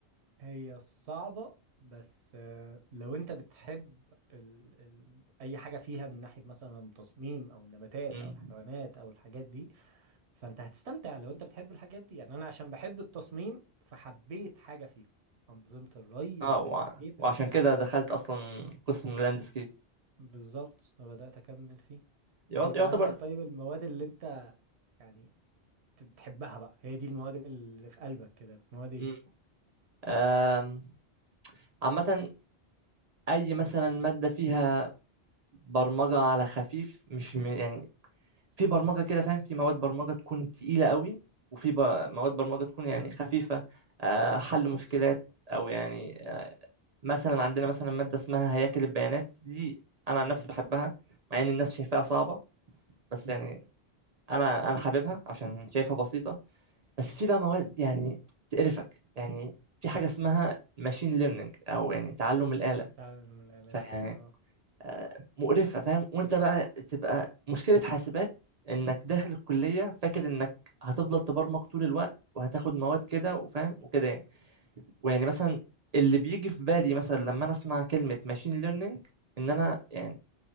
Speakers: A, on the right (about 85°); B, on the right (about 50°).
A: هي صعبة بس آه، لو أنت بتحب ال... ال... أي حاجة فيها من ناحية مثلا تصميم أو النباتات
B: مم.
A: أو الحيوانات أو الحاجات دي فأنت هتستمتع لو أنت بتحب الحاجات دي يعني أنا عشان بحب التصميم فحبيت حاجة فيها أنظمة الري
B: اه
A: واللاندسكيب
B: وع- وعشان كده دخلت أصلا قسم لاندسكيب
A: بالظبط أنا بدأت أكمل فيه
B: يع-
A: أنت
B: يعتبر
A: عندك طيب المواد اللي أنت يعني ت- تحبها بقى هي دي المواد اللي في قلبك كده المواد إيه؟
B: مم. آم، عامة أي مثلا مادة فيها برمجة على خفيف مش م... يعني في برمجة كده فاهم في مواد برمجة تكون تقيلة قوي وفي ب... مواد برمجة تكون يعني
A: امم
B: خفيفة آه، حل مشكلات أو يعني مثلا عندنا مثلا مادة اسمها هياكل البيانات دي أنا عن
A: أه
B: نفسي بحبها مع إن الناس شايفاها صعبة بس يعني أنا أنا حاببها عشان شايفها بسيطة بس في بقى مواد يعني تقرفك يعني في حاجة اسمها ماشين ليرنينج أو يعني تعلم الآلة
A: تعلم من الآلات
B: فيعني
A: أو كده أه
B: آه، مقرفة فاهم وأنت بقى تبقى مشكلة حاسبات إنك داخل الكلية فاكر إنك هتفضل تبرمج طول الوقت وهتاخد مواد كده وفاهم وكده يعني ويعني مثلا اللي بيجي في بالي مثلا لما انا اسمع كلمة ماشين ليرنينج ان انا يعني